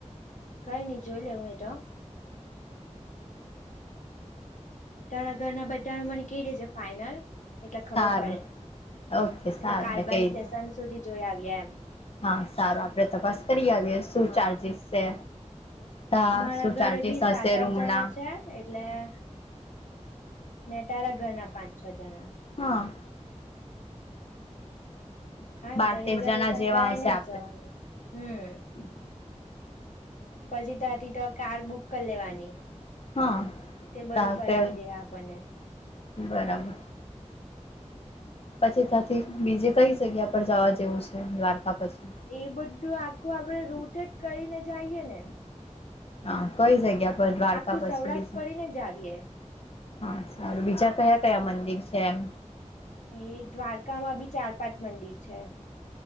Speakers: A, on the left; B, on the left.
A: કઈ નઈ જોઈ લે હું તો તારા ઘરના બધાનું મને કેઈ રેજ ફાઈનલ? એટલે ખબર
B: સારું
A: પડે.
B: ઓકે સારું
A: એટલે કાલબાલ
B: મેં કહી દઉં
A: સ્ટેશન સુધી જોઈ આવ્યે એમ.
B: હા, સારું. આપણે તપાસ કરી આવીએ. શું
A: હા
B: ચાર્જીિસ છે? હા
A: મારા
B: શું
A: ઘરે
B: ચાર્જીિસ
A: બી સાત
B: હશે
A: આઠ
B: રૂમના?
A: જણા છે એટલે ને તારા ઘરના પાંચ છ જણા
B: હા.
A: કઈ
B: બાર તેર
A: રિઝર્વેશન
B: જણા જેવા
A: કરાયને
B: હશે આપડે
A: જ જવાનું હમ પછી તથી તો કાર બુક કરી લેવાની
B: હા
A: તે બધું
B: તા
A: ફરવી
B: તે
A: દે આપણને
B: બરાબર. પછી થથી બીજી કઈ જગ્યા પર જવા જેવું છે દ્વારકા પછી
A: એ બધું આખું આપડે રૂટે જ કરીને જઈએ ને
B: હા કઈ જગ્યા પર દ્વારકા
A: આખું
B: પછી
A: સૌરાષ્ટ્ર
B: બીજું
A: ફરીને જ આવીએ
B: હા સારું બીજા કયા કયા મંદિર છે એમ
A: એ દ્વારકામાં બી ચાર પાંચ મંદિર છે.